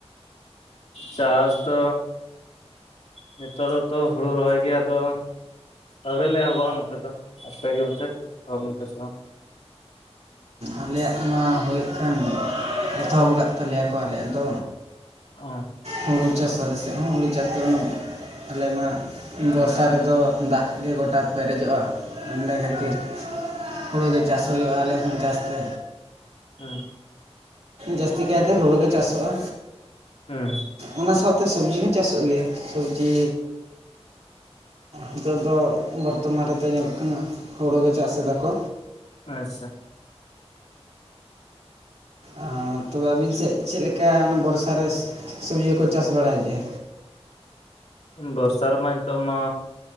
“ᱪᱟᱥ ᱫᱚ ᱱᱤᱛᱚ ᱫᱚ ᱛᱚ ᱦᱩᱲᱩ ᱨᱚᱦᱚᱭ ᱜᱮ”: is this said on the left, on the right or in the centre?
Left